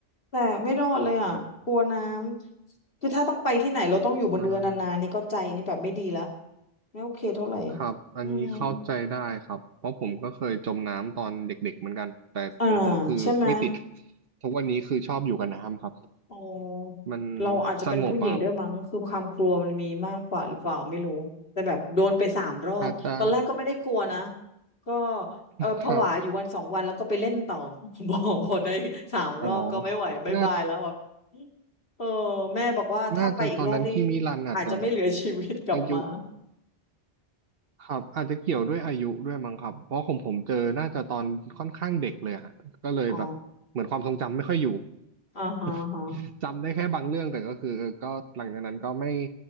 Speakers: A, on the left; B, on the right.
A: แต่ไม่รอดเลยอ่ะกลัวน้ำ คือถ้าต้องไปที่ไหนเราต้องอยู่บนเรือนานๆนี่ก็ใจนี่แบบไม่ดีละ
B: อ่า
A: ไม่โอเคเท่าไหร่
B: ครับอันนี้เข้าใจได้ครับเพราะผมก็เคยจมน้ำตอนเด็กๆเหมือนกันแต่ของผมคือไม่ติด
A: อืมอ่าใช่ไหม
B: ทุกวันนี้คือชอบอยู่กับน้ำครับ
A: อ๋อ
B: มัน
A: เราอาจจะเป็นผู้หญิงด้วยมั้งคือความกลัวมันมีมากกว่าหรือเปล่าไม่รู้แต่แบบโดนไปสามรอบตอนแรกก็ไม่ได้กลัวนะ
B: สงบอะครับอาจจะ
A: ก็เออผวาอยู่วันสองวันแล้วก็ไปเล่นต่อ
B: ครับ
A: <laughs> บอพอได้สามรอบก็ไม่ไหวบายบายแล้วแบบ
B: อ๋อน่า
A: เออแม่บอกว่าถ้าไปอีกรอบนี่
B: น่าจะตอนนั้นพี่มิลันอาจจะแบบ
A: อาจจะไม่เหลือชีวิตกลับมา
B: อายุครับอาจจะเกี่ยวด้วยอายุด้วยมั้งครับเพราะของผมเจอน่าจะตอนค่อนข้างเด็กเลยฮะก็เลยแบบเหมือนความทรงจำไม่ค่อยอยู่
A: อ๋ออ่าฮะ
B: <laughs> จำได้แค่บางเรื่องแต่ก็คือเออก็หลังจากนั้นก็ไม่